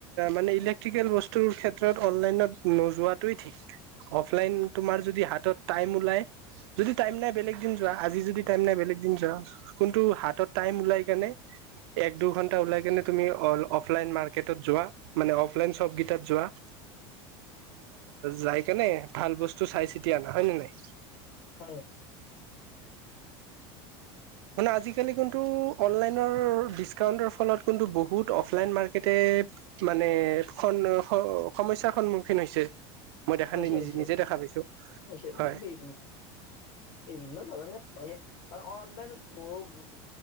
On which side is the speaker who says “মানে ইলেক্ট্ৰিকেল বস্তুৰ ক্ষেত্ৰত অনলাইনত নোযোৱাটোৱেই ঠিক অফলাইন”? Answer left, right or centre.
Right